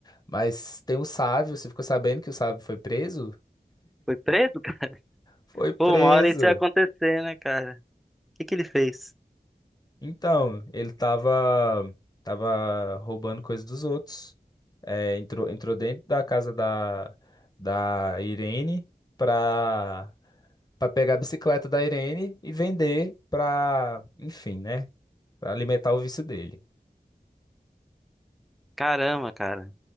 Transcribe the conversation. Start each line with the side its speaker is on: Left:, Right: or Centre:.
Left: Mas tem o Sávio, você ficou sabendo que o Sávio foi preso?
Centre: Foi preso, cara?
Left: Foi preso.
Centre: Pô, uma hora isso ia acontecer, né, cara? O que que ele fez?
Left: Então, ele tava, tava roubando coisas dos outros. É, entrou, entrou dentro da casa da, da Irene pra, pra pegar a bicicleta da Irene e vender pra, enfim, né? Pra alimentar o vício dele.
Centre: Caramba, cara.